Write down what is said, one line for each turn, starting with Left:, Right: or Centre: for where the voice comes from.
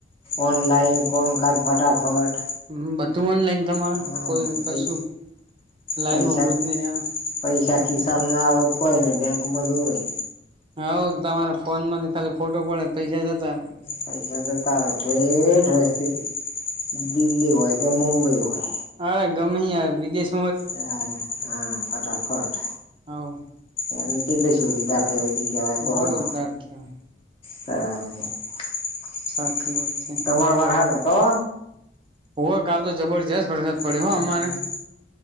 Left: ઓનલાઇન ફોર્મ ફટાફટ.
Right: હ, બધું ઓનલાઈન, તમારા
Left: હા
Right: કોઈ કશું
Left: પૈ
Right: લાઈન
Left: પૈસા
Right: માં હોવ જ નહીં ની.
Left: પૈસા ખિસાબ ના હોય, કોઈ ને બેંકમાં જ હોય.
Right: હઉ તમારા ફોન માંથી ખાલી ફોટો પડે પૈસા જતા ને.
Left: પૈસા જતા હોય, ઠેઠ વષથી દિલ્હી હોય કે મુંબઈ હોય.
Right: અરે, ગમે આવે વિદેશ
Left: હ હા. ફટાફટ
Right: હાવ
Left: એની કેટલી સુવિધા કે કેવાય કોહડો.
Right: જોરદાર કેવાય
Left: ત <unintelligible>
Right: સાચી વાત છે.
Left: તમારા વરસાદ કહો?
Right: ઓ કાલ તો જબરજસ્ત વરસાદ પડ્યો
Left: હમ,
Right: હો અમારે